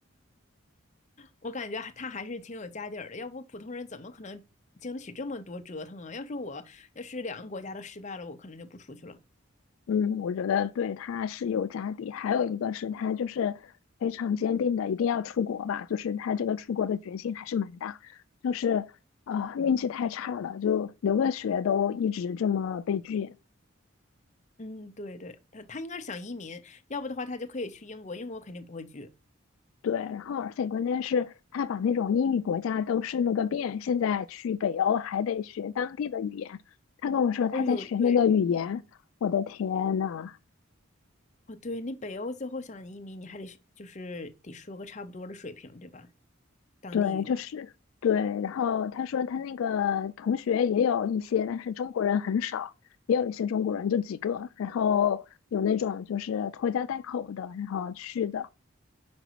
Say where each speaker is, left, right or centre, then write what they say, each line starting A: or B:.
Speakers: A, on the left (about 35°); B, on the left (about 75°).
A: 我感觉还他还是挺有家底儿的，要不普通人怎么可能经得起这么多折腾啊？要是我，要是两个国家都失败了，我可能就不出去了。
B: 嗯，我觉得对他是有家底，还有一个是他就是非常坚定的一定要出国吧，就是他这个出国的决心还是蛮大，就是啊、呃运气太差了，就留个学都一直这么被拒。
A: 嗯，对对，他他应该是想移民，要不的话他就可以去英国，英国肯定不会拒。
B: 对，然后而且关键是，他把那种英语国家都渗了个遍，现在去北欧还得学当地的语言。他跟我说他在学那个语言，
A: 哎呦，对，
B: 我的天呐，
A: 哦对，你北欧最后想移民，你还得是就是得说个差不多的水平，对吧？当地语。
B: 对，就是对。然后他说他那个同学也有一些，但是中国人很少，也有一些中国人就几个，然后有那种就是拖家带口的，然后去的。